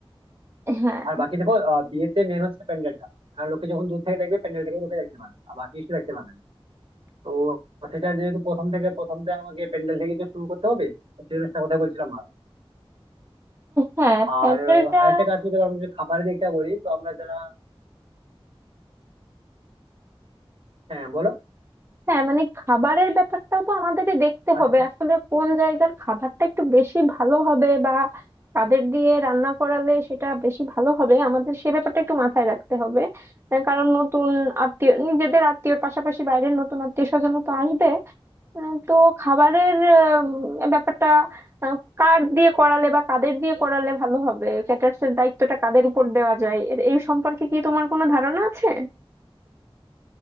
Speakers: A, on the right; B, on the right.
A: হ্যাঁ
B: আর বাকি দেখো আহ, বিয়েতে মেন হচ্ছে প্যান্ডেলটা কারণ লোকে যখন দূর থেকে দেখবে প্যান্ডেলটাকে লোকে দেখতে পাবেন আর বাকি কিছু দেখতে পাবেন তো সেটা যেহেতু প্রথম থেকে প্রথম থেকে আমাকে প্যান্ডেল থেকেই তো শুরু করতে হবে তো সেই জিনিসটা কথা বলছিলাম আর
A: হ্যাঁ প্যান্ডেলটা
B: আর আহ, আরেকটা কাজ করতে পারবো যদি খাবারের দিকটা বলি তো আমরা যারা হ্যাঁ বলো
A: হ্যাঁ মানে খাবারের ব্যাপারটাও তো আমাদেরই দেখতে
B: আচ্ছা
A: হবে
B: ঠিক
A: আসলে কোন জায়গার খাবারটা একটু বেশি ভালো হবে বা কাদের দিয়ে রান্না করালে সেটা বেশি ভালো হবে আমাদের সে ব্যাপারটা একটু মাথায় রাখতে হবে আহ, কারণ নতুন আত্মীয় নিজেদের আত্মীয়র পাশাপাশি বাইরের নতুন আত্মীয় স্বজনও তো আসবে উম, তো খাবারের উম, ব্যাপারটা আহ, কার দিয়ে করালে বা কাদের দিয়ে করালে ভালো হবে ক্যাটার্স এর দায়িত্বটা কাদের উপর দেওয়া যায় এর- এই সম্পর্কে কি তোমার কোনো ধারণা আছে